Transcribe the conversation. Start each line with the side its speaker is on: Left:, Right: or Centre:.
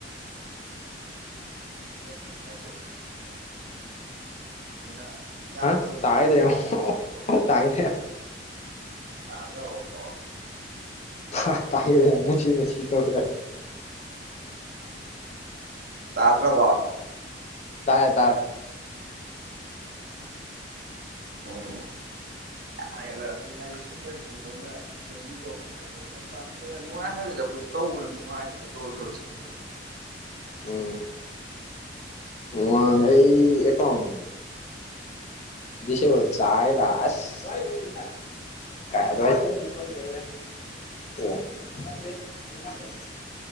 Right: ꯀꯩꯝ ꯀꯥꯏꯗꯦ ꯁꯅ <unintelligible> ꯃꯣꯏꯅ ꯌꯥꯗꯕꯗꯨꯗ
Left: ꯍꯥ ꯇꯥꯒꯤꯗ꯭ꯔꯦ
Right: ꯃꯣꯏꯅ
Left: ꯑꯃꯨꯛ
Right: ꯊꯣꯛꯇꯣ
Left: ꯑꯃꯨꯛ
Right: ꯍꯥꯏꯕꯅꯤꯗ
Left: ꯇꯥꯒꯤꯗ꯭ꯔꯦ
Right: ꯐꯖꯟ ꯇꯥꯗ꯭ꯔꯕꯣ ꯑꯝꯐꯧ
Left: ꯈ ꯇꯥꯏꯌꯦꯅꯦ ꯃꯨꯁꯤ ꯃꯨꯁꯤ ꯇꯧꯔ
Right: ꯇꯥꯗ꯭ꯔꯕꯣ
Left: ꯇꯥꯔꯦ ꯇꯥꯔꯦ
Right: ꯎꯝ ꯌꯥꯔꯦꯗ ꯑꯗꯨꯅꯦ ꯍꯥꯏꯖꯦ ꯁꯨꯝꯕꯁꯤꯗꯤ ꯃꯣꯏꯅ ꯁꯦꯝꯕꯤꯗꯧꯅꯤ ꯍꯥꯏ <unintelligible> ꯅꯨꯡꯉꯥꯏ ꯍꯥꯏꯕꯅꯤꯗ ꯑꯩꯈꯣꯏꯁꯨ ꯇꯧꯕꯗ ꯅꯨꯡꯉꯥꯏꯗꯅ ꯖꯣꯔ ꯖꯣꯔ ꯆꯠꯂꯤꯅꯦ
Left: ꯎꯝ ꯃꯟꯅꯦ ꯑꯩ ꯑꯦꯀꯥꯎꯟ ꯗꯤꯁꯦꯕꯜ ꯆꯥꯏꯑꯦꯗꯥꯥ ꯑꯁ <unintelligible> ꯀꯥꯏ ꯑꯗꯨꯃꯥꯏ ꯑꯣ <inaudible>